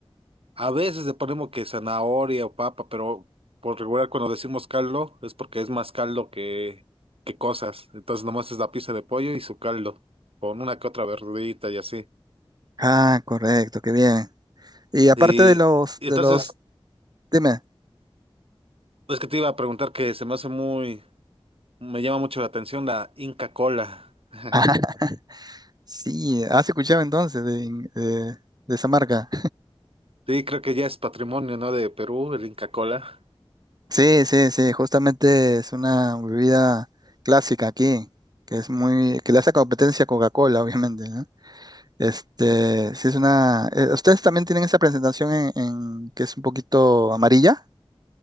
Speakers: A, on the right; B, on the right.
A: A veces le ponemos que zanahoria o papa, pero por regular cuando decimos caldo es porque es más caldo que, que cosas. Entonces nomás es la pieza de pollo y su caldo, con una que otra verdurita y así.
B: Ah, correcto, qué bien. Y aparte
A: Y,
B: de los,
A: y
B: de
A: entonces
B: los, dime.
A: es que te iba a preguntar que se me hace muy, me llama mucho la atención la Inca Cola. <laughs>
B: Ah, <laughs> sí, has escuchado entonces de, de- de esa marca.
A: Sí, creo que ya es patrimonio, ¿no? De Perú, el Inca Cola.
B: Sí, sí, sí, justamente es una bebida clásica aquí, que es muy, que le hace competencia a Coca-Cola, obviamente, ¿no? Este, sí es una, eh, ustedes también tienen esa presentación en, en- que es un poquito amarilla.